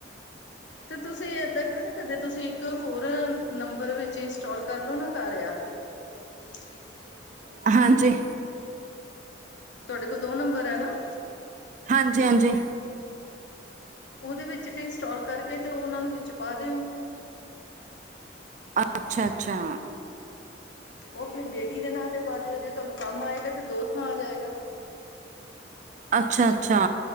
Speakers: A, on the left (about 75°); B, on the right (about 40°).
A: ਤੇ ਤੁਸੀਂ ਏਦਾਂ ਕਿਉ ਨੀ ਕਰਦੇ ਤੁਸੀਂ ਇੱਕ ਹੋਰ ਨੰਬਰ ਵਿੱਚ ਇੰਸਟਾਲ ਕਰਲੋ ਨਾ ਕਰੇਆ। ਉਸ ਚੀਜ਼ ਤੇ <unintelligible>
B: ਹਾਂਜੀ।
A: ਤੁਹਾਡੇ ਕੋਲ ਦੋ ਨੰਬਰ ਹੈ ਨਾ।
B: ਹਾਂਜੀ, ਹਾਂਜੀ।
A: ਉਹਦੇ ਵਿੱਚ ਵੀ ਇੰਸਟਾਲ ਕਰਕੇ ਤੇ ਉਹਨਾ ਨੂੰ ਵਿੱਚ ਪਾ ਦਿਓ।
B: ਅੱਛਾ -ਅੱਛਾ।
A: ਉਹ ਆਪਣੀ ਬੇਟੀ ਦੇ ਨਾਂ ਤੇ ਪਾ ਦਿਓ ਜੇ ਤੁਹਾਨੂੰ ਕੰਮ ਆਏਗਾ ਤੇ ਦੋ ਥਾਂ ਆ ਜਾਏਗਾ।
B: ਅੱਛਾ- ਅੱਛਾ।